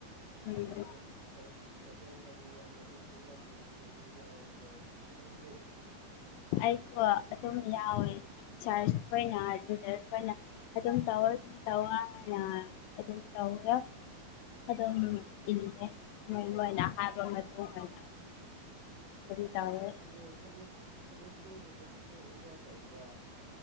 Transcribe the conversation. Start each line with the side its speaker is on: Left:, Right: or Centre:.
Left: ꯎꯝ
Right: ꯑꯗꯨꯝ ꯆ꯭ꯔꯁ ꯆꯠꯂꯦ ꯍꯥꯏꯕ ꯋꯥꯅꯦ ꯑꯗꯨꯝ ꯄ꯭ꯔꯣꯒ꯭ꯔꯥꯝꯒꯨꯝꯕꯗꯗꯤ ꯌꯥꯎꯗ꯭ꯔꯦ ꯅꯪꯗꯤ
Left: ꯑꯩꯗꯣ ꯑꯗꯨꯝ ꯌꯥꯎꯋꯦ ꯁꯥꯔꯖ ꯍꯣꯏꯅ ꯂꯤꯗꯔ ꯍꯣꯏꯅ ꯑꯗꯨꯝ ꯇꯧꯋꯦ ꯑꯗꯨꯝ ꯇꯧꯑꯣ ꯍꯥꯏꯅ ꯑꯗꯨꯝ ꯇꯧꯔ ꯑꯗꯨꯝ
Right: ꯎꯝ
Left: ꯏꯜꯂꯦ ꯃꯣꯏ ꯃꯣꯏꯅ ꯍꯥꯏꯕ ꯃꯇꯨꯡ ꯏꯟ ꯑꯗꯨꯝ ꯇꯧꯌꯦ
Right: ꯗꯦ ꯁꯦꯂꯤꯁ ꯁꯦꯂꯤꯁꯀꯣ ꯒꯨꯝꯕꯗꯁꯨ ꯑꯣꯖꯥ ꯇꯧꯕ꯭ꯔꯥ